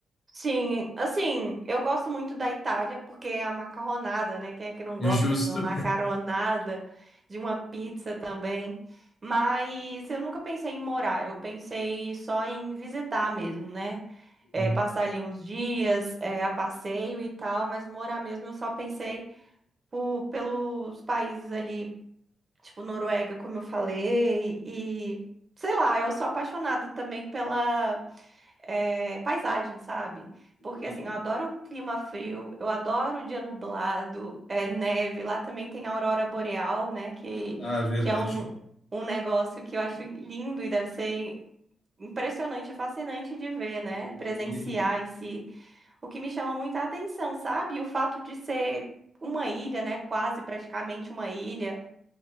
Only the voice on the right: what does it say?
Sim, assim, eu gosto muito da Itália porque é a macarronada, né? Quem é que não
gosta
de uma macaronada, de uma pizza também? Mas eu nunca pensei em morar, eu pensei só em visitar mesmo, né? É,
passar ali uns dias, é, a passeio e tal, mas morar mesmo eu só pensei por, pelos países ali, tipo Noruega, como eu falei, e sei lá, eu sou apaixonada também pela é, paisagem, sabe? Porque
assim, eu adoro o clima frio, eu adoro o dia nublado, é, neve. Lá também tem a aurora boreal, né? Que,
que é um, um negócio que eu acho lindo e deve ser impressionante, fascinante de ver, né?
Presenciar em si. O que me chama muita atenção, sabe? O fato de ser uma ilha, né? Quase praticamente uma ilha.